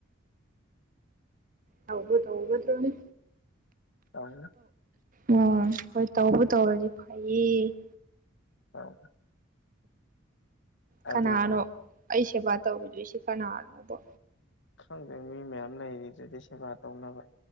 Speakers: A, on the right; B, on the left.
A: ꯇꯩꯕꯨ ꯇꯩꯒꯗ꯭ꯔꯥꯅꯦ
B: ꯑ
A: ꯎꯝ ꯍꯣꯏ ꯇꯧꯕ ꯇꯧꯔꯗꯤ ꯐꯩꯌꯦ
B: <inaudible>
A: ꯀꯅꯥꯅꯣ
B: ꯑꯗꯨꯕꯨ
A: ꯑꯩ ꯁꯦꯕꯥ ꯇꯧꯤꯗꯣꯏꯁꯤ ꯀꯅꯥꯅꯣꯕ
B: ꯈꯪꯗꯦ ꯃꯤ ꯃꯌꯥꯝ ꯂꯩꯔꯤꯗꯨꯗꯤ ꯁꯦꯕꯥ ꯇꯧꯅꯕ